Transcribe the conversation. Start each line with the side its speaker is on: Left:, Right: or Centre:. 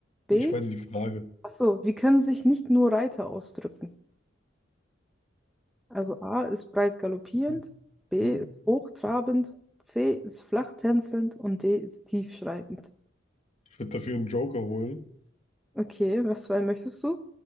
Centre: B.
Left: Nee, Ich meine die Frage.
Centre: Achso, wie können sich nicht nur Reiter ausdrücken? Also A ist breit galoppierend,
Left: Mhm.
Centre: B
Left: Mhm.
Centre: ist hochtrabend, C ist flach tänzelnd und D ist tiefschreitend.
Left: Ich würde dafür einen Joker holen.
Centre: Okay, was für einen möchtest du?